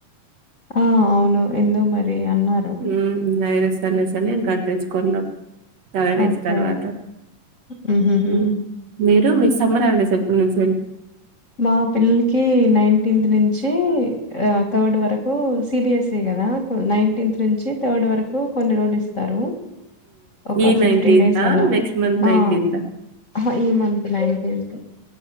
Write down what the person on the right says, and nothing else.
ఉమ్ అయినా సండే సండే, ఇంకా అది తెచ్చుకొన్నాం. లెవెన్ డేస్
తర్వాత,
ఉమ్, మీరు మిస్. సమ్మర్ హలడ్స్, ఎప్పనుంచ్చి.
ఈ
నైన్టీన్తా
నెక్స్ట్ మంత్
నైన్టీన్తా